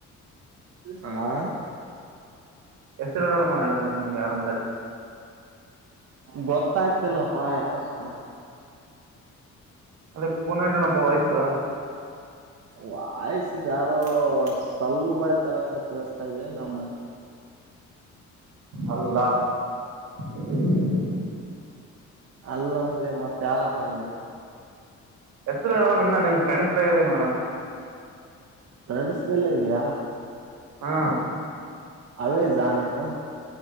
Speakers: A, on the right; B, on the right.
A: ಹಾ <inaudible>
B: ಹೆಸ್ರು ಹೇಳು ನೋಡಮ್ ನಿಂಗ ಯಾರು ಅಂತ ಹೇಳ್ತೀನಿ ಹೇಳಿ
A: ಗೊತ್ತಾಗ್ತಿಲ್ಲಪ್ಪಾ ಯಾರಂತ
B: ಅದೇ ಕೂನ <unintelligible> ನಪ್ಪ ವಾಯ್ಸು
A: ವಾಯ್ಸಿದ್ ಯಾರೋ ಸಲ್ಲೂಬಾಯ್ತರ ಕೇಳ್ಸ್ತಾ ಇದೆ ನಮ್
B: ಅಲ್ಲ <unintelligible>
A: ಅಲ್ಲ ಅಂದ್ರೆ ಮತ್ತೆ ಯಾರಪ್ಪ ನೀನು
B: ಹೆಸರು ಹೇಳ್ ನೋಡೋಣ ಇನ್ನ ನಿಮ್ಮ ಫ್ರೆಂಡ್ಸ್ದಾಗಿದಿನಿ ನೋಡೋಣ
A: ಫ್ರೆಂಡ್ಸ್ ದಲ್ಲೇ ಇದ್ಯಾ
B: ಹಾ
A: ಅದೇ ಜಾನಿ ನಾ